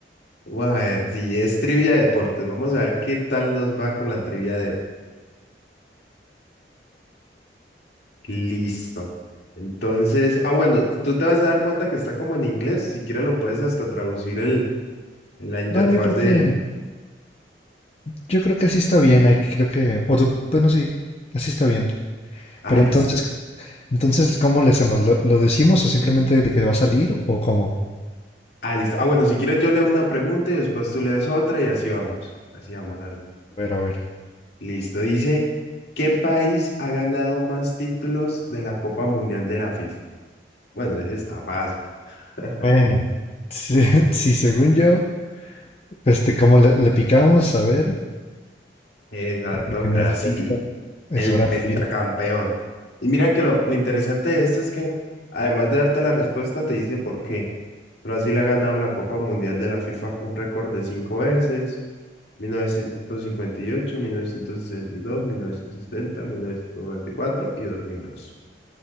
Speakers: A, on the left; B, on the left.
A: Vamos a ver, si es trivia de deportes. Vamos a ver qué tal nos va con la trivia de... Listo. Entonces, ah, bueno, tú te vas a dar cuenta que está como en inglés. Si quieres lo puedes hasta traducir el, en la interfaz
B: No, yo creo
A: del...
B: que, yo creo que así está bien, ahí creo que, o tú, bueno, sí, así está bien.
A: Ah,
B: Pero
A: listo.
B: entonces, entonces, ¿cómo le hacemos? ¿Lo, lo decimos o simplemente de que va a salir o cómo?
A: Ah, listo. Ah, bueno, si quieres yo leo una pregunta y después tú lees otra y así vamos. Así vamos, así.
B: A ver, a ver.
A: Listo, dice, ¿qué país ha ganado más títulos de la Copa Mundial de la FIFA? Bueno, ese está fácil. <laughs>
B: Bueno, sí, <laughs> sí, según yo, este, ¿cómo le, le picamos? A ver,
A: Exacto,
B: en en
A: Brasil,
B: efecto, es
A: el
B: Brasil.
A: pentacampeón. Y mira que lo, lo interesante de esto es que, además de darte la respuesta, te dice por qué. Brasil ha ganado la Copa Mundial de la FIFA un récord de cinco veces, mil novecientos cincuenta y ocho, mil novecientos sesenta y dos, dos mil mil mil novecientos novecientos y cuatro y dos. mil dos.